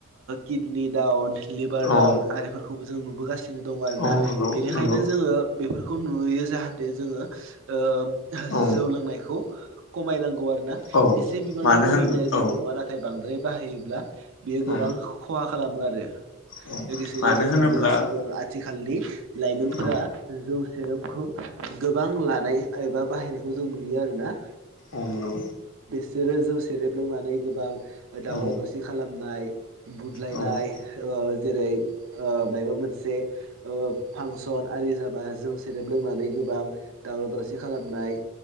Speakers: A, on the right; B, on the left.
A: किडनि डाउन लिबार दाउन
B: औ
A: आरिफोरखौबो जों नुबोगासिनो दं आरो
B: औ
A: ना
B: नंगौ
A: बेनिखायनो
B: नंगौ
A: जोङो बेफोर खौ नुयो जाहाथे जोङो ओ
B: औ
A: जौ लोंनायखौ खमायनांगौ आरो ना
B: औ
A: एसे बिबांनि
B: मानो
A: जौ
B: होन
A: लोंनाया जेबो
B: औ
A: नङा नाथाय बांद्राय बाहायोब्ला बेयो गोबां
B: औ
A: खहा खालामो आरो
B: औ
A: लोगोसेनो
B: मानो
A: जों
B: होनोब्ला
A: नुबोगासिनो दं आथिखालनि लाइमोनफोरा
B: औ
A: जौ सेरपखौ गोबां लानाय एबा बाहायनायखौ जों नुयो आरोना
B: औ नंगौ
A: बिसोरो जौ सेरेब लोंनानै गोबां ओ दावराव
B: औ
A: दावसि खालामनाय बुदलायनाय
B: औ
A: ओ जेरै ओ मायबा मोनसे ओ फांसन आरि जाबा जौ सेरेब लोंनानै गोबां दावराव दावसि खालामनाय